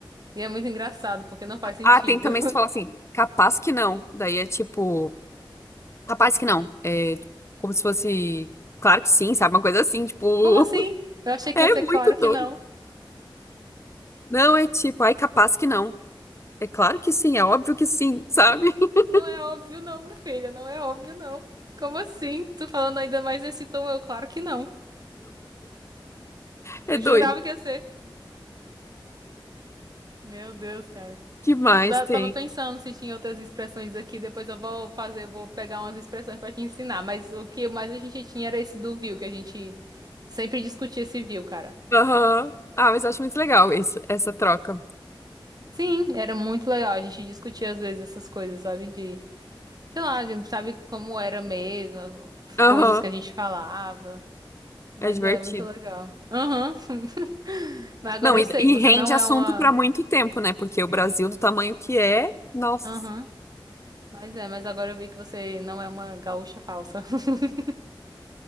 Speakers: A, on the right; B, on the left.
A: E é muito engraçado, porque não faz sentido.
B: Ah, tem também se tu falar assim, capaz que não. Daí é tipo, capaz que não. É como se fosse, claro que sim, sabe? Uma coisa assim, tipo,
A: <laughs>
B: <laughs>
A: Como assim? Eu achei
B: é
A: que ia ser
B: muito
A: claro que
B: doido.
A: não.
B: Não, é tipo, ai, capaz que não. É claro que sim, é óbvio que sim, sabe? <laughs>
A: Não é óbvio, não, minha filha. Não é óbvio, não. Como assim? Tu falando ainda mais nesse tom? Eu, claro que não.
B: É
A: Eu
B: doido.
A: jurava que ia ser. Meu Deus, cara.
B: Que mais
A: Eu da-
B: tem?
A: tava pensando se tinha outras expressões aqui, depois eu vou fazer, vou pegar umas expressões pra te ensinar, mas o que mais a gente tinha era esse do viu, que a gente sempre discutia esse viu, cara.
B: Aham. Ah, mas eu acho muito legal isso, essa troca.
A: Sim, era muito legal, a gente discutia às vezes essas coisas, sabe, de, sei lá, de- sabe como era mesmo,
B: Aham.
A: coisas que a gente falava, mas
B: É divertido.
A: é muito legal. Aham. <laughs> Mas agora
B: Não, e,
A: eu sei
B: e
A: que você
B: rende
A: não
B: assunto
A: é uma,
B: para muito tempo, né? Porque o Brasil, do tamanho que é, nossa,
A: aham, mas é, mas agora eu vi que você não é uma gaúcha falsa. <laughs>